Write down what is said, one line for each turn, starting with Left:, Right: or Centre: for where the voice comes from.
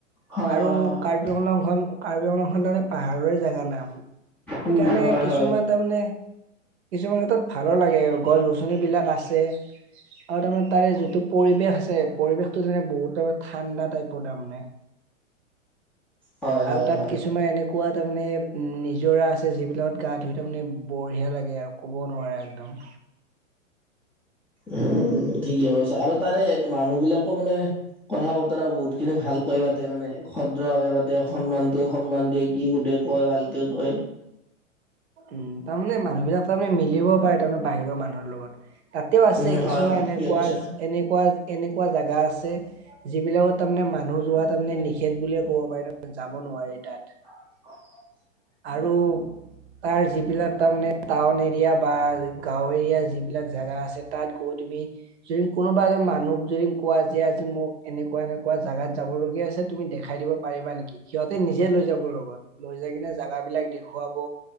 Centre: হয়
Right: আৰু
Centre: হয় হয়
Right: কাৰ ৰ্বিআংলং কাৰ্বিআংলং খন দৰে পাহাৰীয়া জাগাৰ নাম সেইকাৰণে
Centre: উম হয়
Right: কিছ
Centre: হয়।
Right: তাৰ মানে কিছুমান ক্ষেত্ৰত ভালো লাগে গছ গছনি বিলাক আছে। আৰু তাৰমানে তাৰে যিটো পৰিৱেশ আছে পৰিৱেশটো তেনে বহুত তাৰমানে ঠাণ্ডা টাইপৰ তাৰমানে।
Centre: হয় হয়
Right: আৰু তাত
Centre: হয়
Right: কিছুমান এনেক। কোৱা তাৰমানে নিজৰা আছে যিবিলাকত গা ধুই তাৰমানে বঢ়িয়া লাগে, আউ ক'ব নোৱাৰি আৰু একদম।
Centre: উম ঠিকে কৈছা আৰু তাৰে মানুহ বিলাকো মানে কথা বতৰা বহুত খিনি ভালকৈ পাতে মানে ভ্ৰদ দ্ৰভাৱে পাতে সন্মানটো সন্মান দিয়ে কি সুধে কয় ভালকে কয়।
Right: উম তাৰমানে মানুহ বিলাক তাৰমানে মিলিব পাৰে তাৰমানে বাহিৰৰ মানুহৰ লগত। তাতেও আছে
Centre: উম হয়
Right: কিছুমান
Centre: হয় ঠিকে
Right: এনেকুৱা
Centre: কৈছা
Right: এনেকুৱা এনেকুৱা জেগা আছে। যিবিলাকত তাৰমানে মানুহ যোৱা তাৰমানে নিষেধ বুলিয়ে ক'ব পাৰি তামানে নোৱাৰি তাত
Centre: <unintelligible>
Right: আৰু তাৰ যিবিলাক তাৰমানে টাউন এৰিয়া বা গাও এৰিয়া যিবিলাক জেগা আছে তাত। পই তুমি যদি কোনোবা এজন মানুহক যদি কোৱা যে আজি মোক এনেকুৱা এনেকুৱা জাগাত যাব লগীয়া আছে, তুমি দেখাই দিব। পাৰিবা নেকি সিহঁতে নিজে লৈ যাব লগত লৈ যাই কিনে জাগা বিলাক দেখুৱাব।